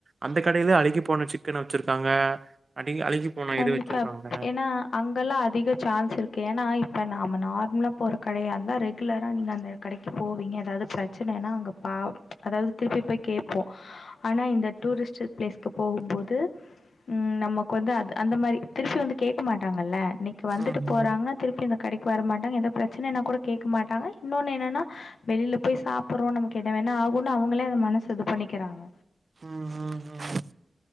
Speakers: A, on the right; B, on the left.
A: அந்த கடையில அழுகி போன சிக்கன் வச்சிருக்காங்க அடிகி அழுகி போன
B: கண்டிப்பாப்
A: இது வச்சிருக்காங்க
B: ஏனா அங்கல்லா அதிக சான்ஸ் இருக்கு ஏனா இப்ப நாம நார்மலா போற கடையா இருந்தா ரெகுலரா நீங்க அந்த கடைக்கு போவீங்க ஏதாவது ப்ரச்சனனா அங்க பாவ் அதாவ்து திருப்பி போய் கேப்போ ஆனா இந்த டூரிஸ்ட்டு ப்ளேஸ்க்கு போகும்போது ம் நமக்கு வந்து அது அந்த மாரி திருப்பி வந்து கேக்க மாட்டாங்கல்ல நி வந்துட்டு
A: ம்
B: போறாங்கனா
A: ம்
B: திருப்பி இந்த கடைக்கு வரமாட்டாங்க எந்த ப்ரச்சனைன்னா கூட கேக்க மாட்டாங்க இன்னொன்னு என்னன்னா வெளில போய் சாப்புறோ நமக்கு என்ன வேணா ஆகுன்னு அவங்களே அத மனசு இது பண்ணிக்கிறாங்க
A: ம் ம் ம்